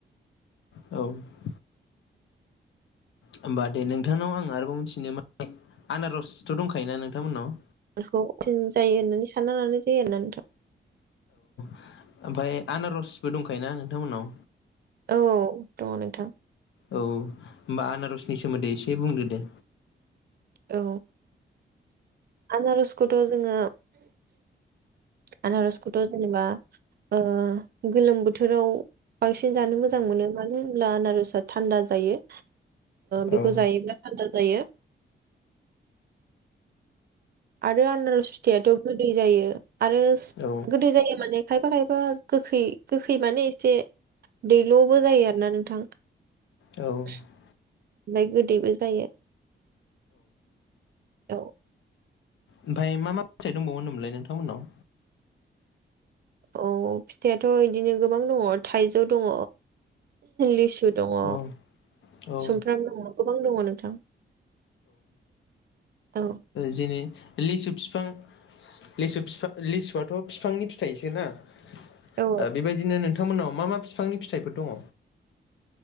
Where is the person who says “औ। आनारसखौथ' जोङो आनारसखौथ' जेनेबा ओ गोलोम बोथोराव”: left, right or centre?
Right